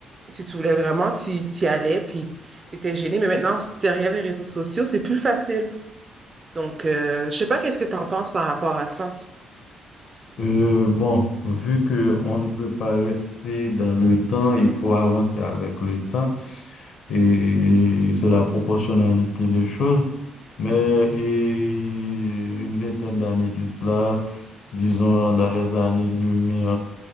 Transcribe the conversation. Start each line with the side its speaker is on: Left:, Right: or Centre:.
Right: si tu voulais vraiment, tu y allais, puis tu étais gêné. Mais maintenant, si derrière les réseaux sociaux, c'est plus facile. Donc, euh, je sais pas qu'est-ce que tu en penses par rapport à ça.
Left: Euh, bon, vu que on ne peut pas rester dans le temps, il faut avancer avec le temps et c'est la proportionnalité des choses. Mais et une vingtaine d'années de cela, disons dans les années 2000.